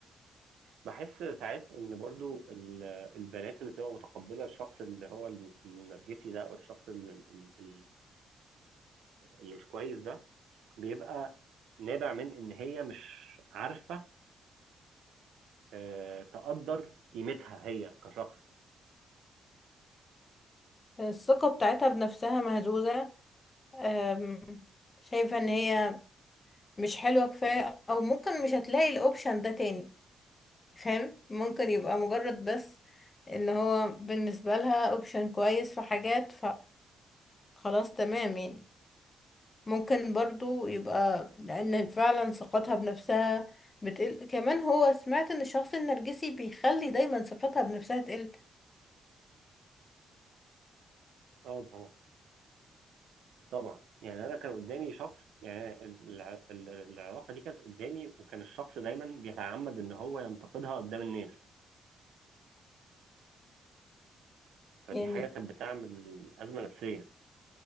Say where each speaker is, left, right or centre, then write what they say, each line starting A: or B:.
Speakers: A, on the right (about 80°); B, on the left (about 30°).
A: بحس ساعات ان برضو ال- البنات اللي بتبقى متقبله الشخص اللي هو ال- النرجسي ده او الشخص اللي, اللي, اللي مش كويس ده بيبقى نابع من ان هي مش عارفه آه، تقدر قيمتها هي كشخص
B: الثقة بتاعتها بنفسها مهزوزة أم، شايفة ان هي مش حلوة كفاية او ممكن مش هتلاقي الاوبشن ده تاني فاهم ممكن يبقى مجرد بس ان هو بالنسبة لها اوبشن كويس في حاجات فخلاص تمام يعني ممكن برضو يبقى لان فعلا ثقتها بنفسها بتقل كمان هو سمعت ان الشخص النرجسي بيخلي دايما ثقتها بنفسها تقل
A: اه طبعا طبعا يعني انا كان قدامي شخص يعني الع- ال- العلاقه دي كانت قدامي وكان الشخص دايما بيتعمد ان هو ينتقدها قدام الناس فدي
B: يعني
A: حاجه كانت بتعمل ازمه نفسيه